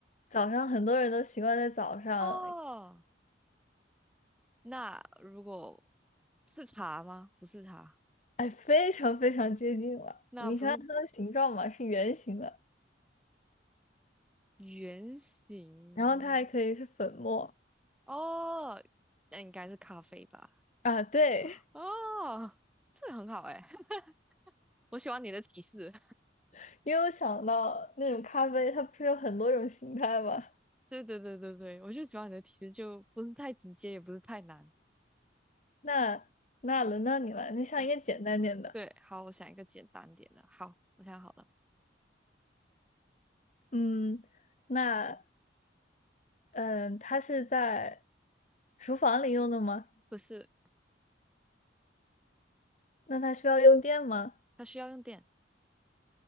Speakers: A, on the left; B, in the centre.
A: 早上很多人都习惯在早上。
B: <laughs> 哦，那如果是茶吗？不是茶，
A: 哎，非常非常接近了。
B: 那不是
A: 你想想它的形状嘛，是圆形的，
B: 圆形
A: 然后它还可以是粉末
B: 哦，那应该是咖啡吧？
A: 啊。对，
B: 哦，这很好哎，<laughs> 我喜欢你的提示。
A: <laughs> 因为我想到那种咖啡，它不是有很多种形态吗？
B: 对对对对对，我就喜欢你的提示，就不是太直接，也不是太难。
A: 那那轮到你了，
B: 我
A: 你想一个简单点的。
B: 我对，好，我想一个简单点的。好，我想好了，
A: 嗯，那嗯，它是在厨房里用的吗？
B: 不是，
A: 那它需要用电吗？
B: 它需要用电，